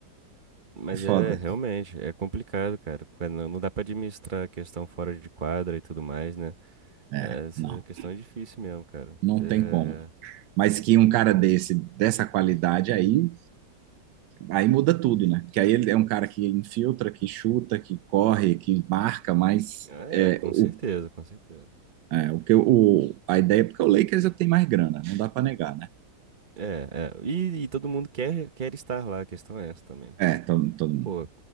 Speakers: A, on the right (about 30°); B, on the right (about 80°).
A: Mas
B: é foda.
A: é realmente, é complicado, cara. Quando Não não dá pra administrar a questão fora de quadra e tudo mais, né?
B: É,
A: É, Essa
B: não,
A: questão é difícil mesmo, cara.
B: não
A: É,
B: tem como. Mas que
A: Não
B: um
A: tem
B: cara
A: como.
B: desse, dessa qualidade aí, aí muda tudo, né? Porque aí ele é um cara que infiltra, que chuta, que corre, que marca, mas
A: É,
B: é,
A: com
B: o,
A: certeza, com certeza.
B: é, o que eu- o, a ideia, porque o Lakers eu tenho mais grana, não dá pra negar, né?
A: É, é. E, e todo mundo quer, quer estar lá, a questão é essa também, né?
B: É, todo, todo mundo.
A: Pô, o